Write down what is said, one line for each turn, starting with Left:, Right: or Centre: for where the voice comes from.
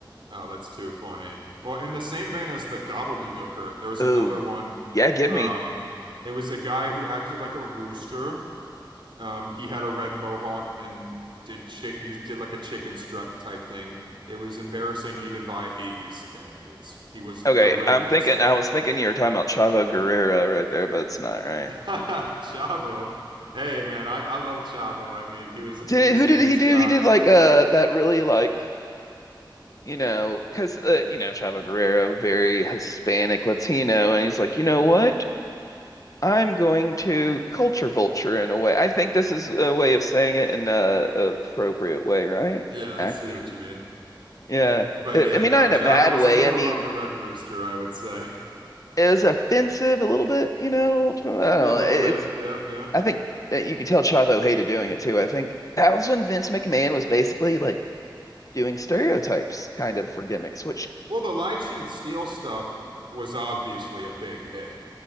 Right: Oh, that's too funny. Well, in the same vein as the gobbledygooker, there's
Left: Ooh.
Right: another one.
Left: Yeah, give
Right: Um,
Left: me.
Right: it was a guy who acted like a rooster. Um, he had a red mohawk and did chick. He was did like a chicken strut type thing. It was embarrassing even by 80s standards. He was the
Left: Okay,
Right: Red
Left: I'm
Right: Rooster.
Left: thinking. I was thinking you were talking about Chavo Guerrero right there, but it's not
Right: <laughs>
Left: right.
Right: Chavo. Hey, man, I, I love Chavo. I mean, he was
Left: Did
Right: he was
Left: who
Right: Eddie's
Left: did he do?
Right: guy.
Left: He did like uh that really like you know because uh, you know Chavo Guerrero very Hispanic Latino, and he's like, you know what? I'm going to culture vulture in a way. I think this is a way of saying it in a appropriate way, right?
Right: Yeah, I
Left: Acting,
Right: see what you mean.
Left: yeah.
Right: But
Left: I
Right: yeah,
Left: I mean,
Right: no,
Left: not in
Right: Chavo
Left: a bad
Right: is
Left: way.
Right: a little
Left: I mean,
Right: above the Red Rooster, I would say. <laughs>
Left: it was offensive a little bit, you know. I don't know.
Right: Maybe a little
Left: It-
Right: bit.
Left: It's
Right: Yeah, yeah.
Left: I think uh, you could tell Chavo hated doing it too. I think that was when Vince McMahon was basically like doing stereotypes kind of for gimmicks, which
Right: Well, the Lie Cheat Steal stuff was obviously a big hit.